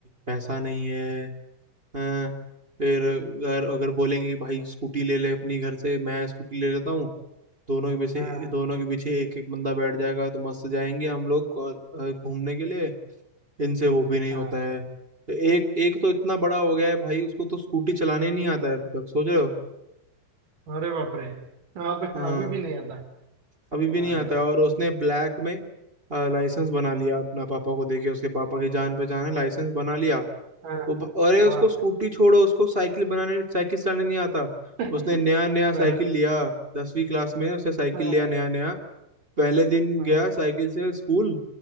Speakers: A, on the right (about 25°); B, on the right (about 40°).
A: पैसा नहीं है हैं फिर अगर अगर बोलेंगे कि भाई स्कूटी ले ले अपनी घर से मैं स्कूटी ले लेता हूँ दोनों के पीछे
B: हाँ
A: दोनों के पीछे एक एक बंदा बैठ जाएगा तो मस्त जाएंगे हम लोग और, अ, घूमने के लिए इनसे वो भी नहीं
B: हाँ
A: होता है तो एक एक तो इतना बड़ा हो गया है भाई उसको तो स्कूटी चलाने ही नहीं आता है अभी तक सोच रहे हो
B: अरे बाप रे अब
A: हाँ
B: अभी भी नहीं आता
A: अभी भी नहीं
B: अरे
A: आता
B: बाप
A: है और उसने ब्लैक में लाइसेंस बना लिया अपना पापा को देके उसके पापा की जान पहचान है लाइसेंस बना लिया
B: हाँ
A: वो भ- अरे उसको
B: वाह
A: स्कूटी छोड़ो उसको साइकिल बनाने साइकिल चलाने नहीं आता
B: <laughs>
A: उसने नया नया साइकिल
B: बैलेंस
A: लिया दसवीं क्लास में उसने साइकिल
B: हाँ
A: लिया नया नया पहले दिन
B: हाँ
A: गया साइकिल से स्कूल